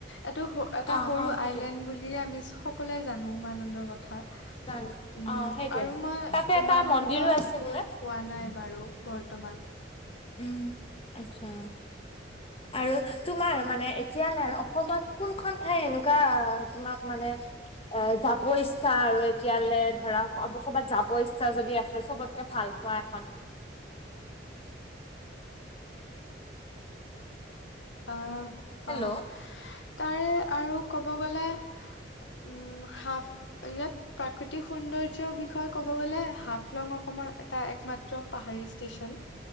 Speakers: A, on the left (about 80°); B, on the left (about 30°).
A: এটো এটা
B: অ
A: সৰু
B: অ সেইটোৱে
A: আইলেণ্ড বুলিয়ে আমি সকলোৱে জানো উমানন্দৰ কথা।
B: জানো
A: উম
B: অ সেইটোৱে
A: আৰু মই
B: তাতে
A: উমানন্দ
B: এটা মন্দিৰো আছে
A: গৈ
B: বোলে
A: পোৱা নাই বাৰু বৰ্তমান।
B: উম আচ্ছা।
A: <inaudible>
B: আৰু তোমাৰ মানে এতিয়ালে আৰু অসমত কোনখন ঠাই এনেকুৱা তোমাক মানে আ যাব ইচ্ছা আৰু এতিয়ালে ধৰা ক'বাত যাব ইচ্ছা যদি আছে চবত কে ভাল পোৱা এখন
A: <inaudible> আহ
B: হেল্ল'
A: অ তাৰে আৰু ক'ব গলে উম হাফ ইয়াত প্ৰাকৃতিক সৌন্দৰ্যৰ বিষয়ে ক'ব গ'লে হাফলং অসমৰ এটা একমাত্ৰ পাহাৰী ষ্টেচন।